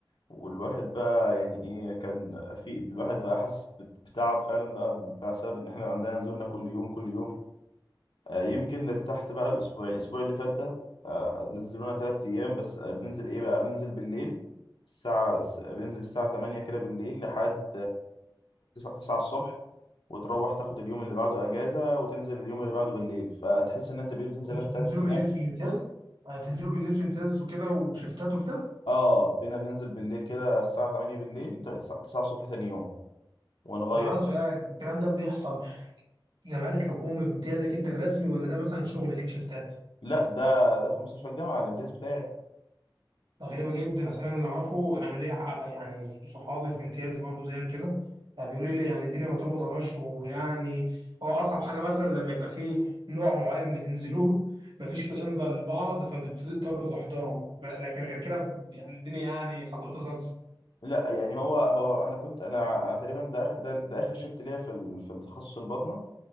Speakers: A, on the left; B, on the right.
A: والواحد بقى يعني ايه كان في الواحد بقى حاسس بت- بتعب فعلا بقى بسبب ان احنا عندنا نزولنا كل يوم كل يوم آه يمكن ارتحت بقى الاسبوعين الاسبوع اللي فات ده آه نزلونا ثلاث ايام بس آه بننزل ايه بقى بننزل بالليل الساعة س- بننزل الساعة 8 كده بالليل لحد 9 الصبح وتروح تاخد اليوم اللي بعده اجازة وتنزل اليوم اللي بعده بالليل فتحس ان انت بقيت بتنزل
B: كنتوا
A: ثلاث
B: بتنزلوا
A: ايام
B: بالليل في الامتياز آه، تنزلوا بالليل في الامتياز وكده وشفتات وبتاع
A: اه بينا بننزل بالليل كده الساعة 8 بالليل 9 الصبح تاني يوم ونغير
B: طب انا عندي سؤال الكلام ده بيحصل في جامعات الحكومه بامتيازك انت الرسمي ولا ده مثلا شغل ليك شفتات
A: لا ده ده في مستشفى الجامعه الامتياز بتاعي
B: ده غريبه جدا اصل انا اللي اعرفه انا ليا ح- يعني صحابي في امتياز برضو زيك كده يعني بيقولوا لي يعني الدنيا مضروبه طناش ويعني هو اصعب حاجه مثلا لما يبقى فيه نوع معين بتنزلوه <laughs> مفيش في امضاء لبعض فبتضطروا تحضروا ب- لكن غير كده ب- يعني الدنيا يعني خلطبيطه صلصه
A: لا يعني هو هو انا كنت انا تقريبا ده آخر- ده, ده اخر شيفت ليا في ال- في التخصص الباطنه